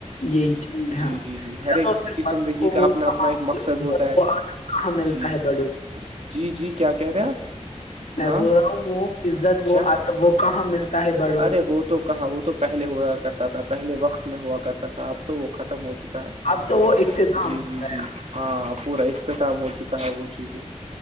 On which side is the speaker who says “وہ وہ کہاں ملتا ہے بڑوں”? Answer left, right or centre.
Left